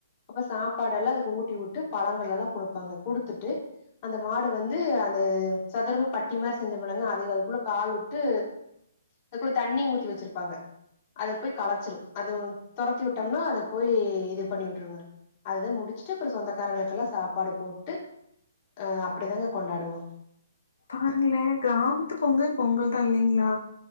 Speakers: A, on the left; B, on the left.
A: அப்ப சாப்பாடெல்லா அதுக்கு ஊட்டி விட்டு பழங்களெல்லா குடுப்பாங்க குடுத்துட்டு அந்த மாடு வந்து அது சதுரமா பட்டி மாரி செஞ்சமல்லங்க அதுல அதுக்குள்ள கால் வுட்டு அதுக்குள்ள தண்ணிய ஊத்தி வெச்சிருப்பாங்க அத போய் களச்சிரு அது துரத்தி விட்டம்னா அத போய் இது பண்ணி விட்டுருங்க அதுதான் முடிச்சுட்டு அப்றோ சொந்தக்காரங்களுக்கெல்லா சாப்பாடு போட்டு அ அப்டிதாங்க கொண்டாடுவோ
B: பாருங்களேன் கிராமத்து பொங்கல் பொங்கல்தா இல்லைங்ளா